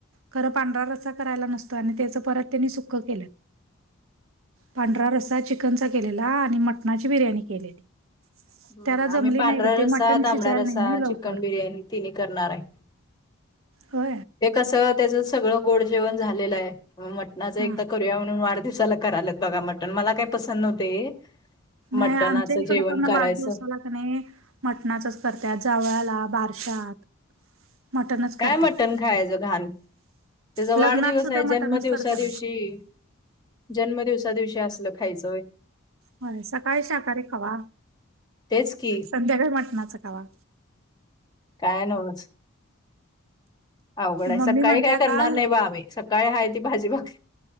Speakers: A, on the right; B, on the left.
A: खरं पांढर र अससा करायला नसतो आणि त्याचं परत त्यांनी सुख केलं पांढरा रस्सा चिकनचा केलेला आणि मटणाची बिर्याणी केलेली
B: हम
A: त्याला जमली
B: आम्ही पांढरा
A: नाही ग ते
B: रसा
A: मटण
B: तांबडा
A: शिजायला
B: रसा
A: नाही नाही लवकर
B: चिकन बिर्याणी तिन्ही करणार आहे
A: हो
B: ते कसं त्याच सगळं गोड जेवण झालेलं आहे मटणाचं
A: हा
B: एकदा ू म्हणून वाढदवसाला करात बघा मटण मला काय पसंद नव्हते मटणाचं
A: नाही आमच्या इकडे
B: जेवण
A: पण
B: करायचं
A: वाढदिवसा लाग मटणाचच करत जावळाला बारशात मटणच करत्यात
B: काय मटण खायचं घाण त्याचा वाढदिवस
A: लग्नात सुद्धा
B: आहे
A: मटणच
B: जन्मदिवसा
A: करत्यात
B: दिवशी जन्मदिवसा दिवशी असल खायचंय
A: हो सकाळी शाकाहारी खावा
B: तेच की
A: संध्याकाळी मटणाच खावा
B: काय नवस अवघड आहे
A: मम्मी
B: सकाळी
A: म्हणत्या
B: काय
A: काल
B: करणार नाही बा आम्ही सकाळी हाय ती भाजी भाक